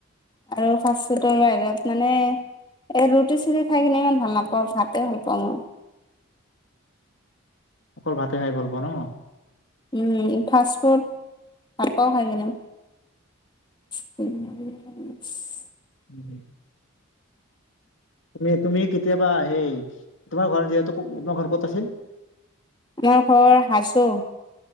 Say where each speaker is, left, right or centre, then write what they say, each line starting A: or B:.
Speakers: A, on the left; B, on the left.
A: আৰু ফাষ্টফুডৰ বাহিৰত মানে। এই ৰুটি চুটি খাই কিনে ইমান ভাল নাপাওঁ ভাতে ভাল পাওঁ মই।
B: অকল ভাতে খাই ভাল পাওঁ ন
A: উম ফাষ্ট ফুড ভাল পাওঁ খাই কেনে উম।
B: হুম হ তুমি তুমি কেতিয়াবা সেই তোমাৰ ঘৰ যিহেতু তোমাৰ ঘৰ ক'ত আছিল
A: আমাৰ ঘৰ হাজো